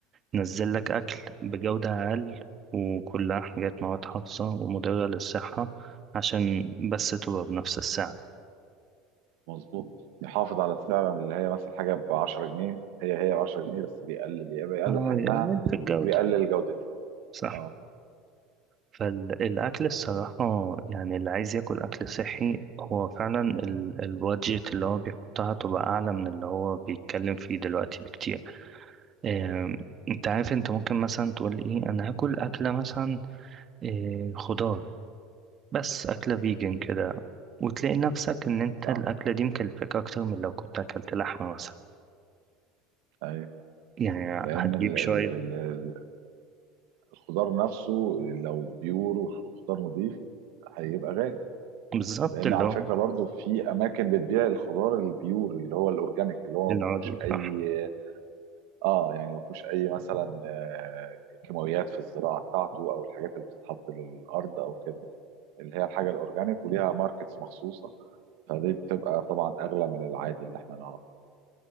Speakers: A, on the right; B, on the right.
A: نزل لك أكل بجودة أقل وكلها حاجات مواد حافظة ومضرة للصحة عشان بس تبقى بنفس السعر
B: مظبوط يحافظ على السعر اللي هي مثلا حاجه ب 10 جنيه هي هي ب 10 جنيه بس بيقلل يبقى يقلل
A: اه
B: حجمها
A: يقلل في الجودة
B: وبيقلل جودتها
A: صح
B: اه
A: فالأكل الصراحة يعني اللي عايز ياكل أكل صحي هو فعلا ال- البادجت اللي هو بيحطها تبقى أعلى من اللي هو بيتكلم فيه دلوقتي بكتير آم، انت عارف انت ممكن مثلا تقول ايه انا هاكل أكلة مثلا آه، خضار بس أكلة فيجن كده وتلاقي نفسك إن أنت
B: اه
A: الأكلة دي مكلفاك أكتر من لو كنت أكلت لحمة مثلا
B: ايوه
A: يعني
B: لان
A: هتجيب
B: ال ال
A: شوية
B: ال الخضار نفسه لو بيور وخضار نظيف هيبقى غالي
A: بالظبط
B: لان
A: اللي
B: على
A: هو
B: فكره برضو في اماكن بتبيع الخضار البيور اللي هو الاورجانيك اللي هو
A: العضوي
B: ما فيهوش اي
A: صح
B: اه يعني ما فيهوش اي مثلا آه، كيماويات في الزراعه بتاعته او الحاجات اللي بتتحط للارض او كده اللي هي الحاجه الاورجانيك وليها ماركتس مخصوصه فدي بتبقى طبعا اغلى من العادي اللي احنا نعرفه